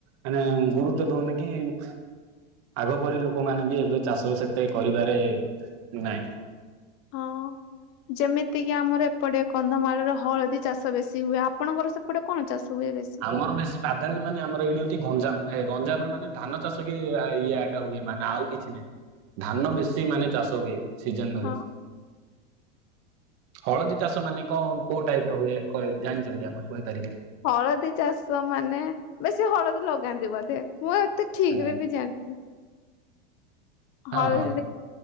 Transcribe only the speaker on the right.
ମାନେ ଗୁରୁତ୍ଵ ଦଉନି। ଦିମ୍ ଆଗ ପରି ଲୋକମାନୋନେ ବି ଏବେ ଚାଷ ସେତେ କରିବାରେ ନାଇଁ
ଆମର ବେଶୀ ପ୍ରାଧାନ୍ୟ ମାନେ ଆମର ଏଇଠି ଏଠି ଗଞ୍ଜାମ ଏ ଗଞ୍ଜାମରେ ମାନେ ଧାନ ଚାଷ କି ଇଏ ଏକା ହୁଏ ମାନେ ଆଉ କିଛି ନାଇଁ। ଧାନ ବେଶୀ ମାନେ ଚାଷ ହୁଏ। ସିଜନ ଭରି
ହଳଦୀ ଚାଷ ମାନେ କଣ କୋଉ ଟାଇପ ର ହୁଏ କହି ଜାଣିଛନ୍ତି ଆପଣ କହିପାରିବେ?
ହଁ
ହଁ